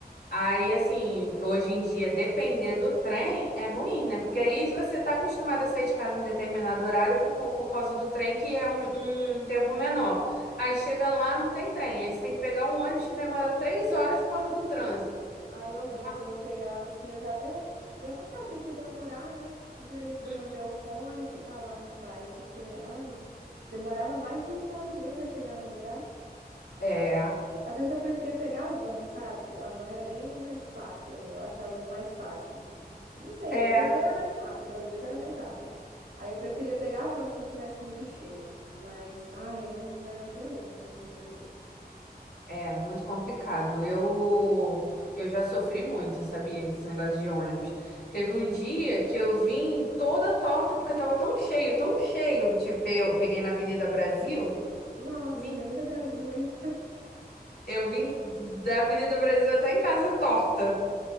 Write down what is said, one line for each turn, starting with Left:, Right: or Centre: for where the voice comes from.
Left: Aí, assim, hoje em dia, depender do trem é ruim, né? Porque aí você tá acostumado a sair de casa num determinado horário por, co- por causa do trem, que é um, um tempo menor. Aí chega lá, não tem trem. Aí você tem que pegar um ônibus que demora três horas por causa
Right: Uhum.
Left: do trânsito.
Right: Aí eu lembro
Left: Nossa.
Right: quando eu pegava assim, eu já até, já até sabia que ia demorar, né? E já ia pegando
Left: hum.
Right: meu fone e ficar lá na paz, porque, ai, demorava mais de uma hora e meia para chegar no lugar.
Left: É,
Right: Às vezes eu preferia pegar a van, sabe? A van era bem mais fácil para mim, eu achava mais fácil, tipo, não sei,
Left: é,
Right: para mim era mais rápido, às vezes era mais rápido. Aí eu preferia pegar a van se não tivesse muito cheia, mas, ai, ônibus é um terror nesse Rio de Janeiro.
Left: é muito complicado. Eu, eu já sofri muito, sabia? Esse negócio de ônibus. Teve um dia que eu vim toda torta, porque tava tão cheio, tão cheio. Tipo, eu peguei na Avenida Brasil.
Right: Nossa,
Left: Me-
Right: Avenida Brasil, hein?
Left: Eu vim da Avenida Brasil até em casa torta.